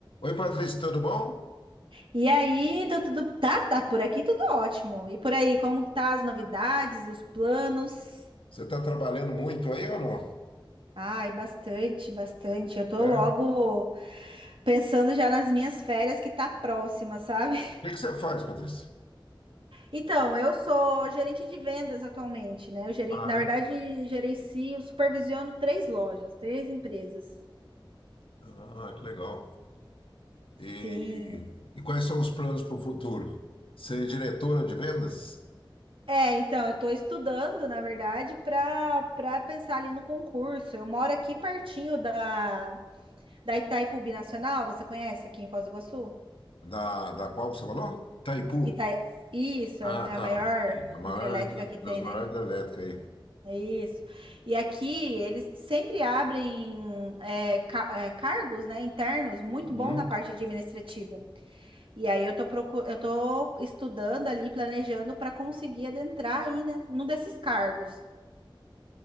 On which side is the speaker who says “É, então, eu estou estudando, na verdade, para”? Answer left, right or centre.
Right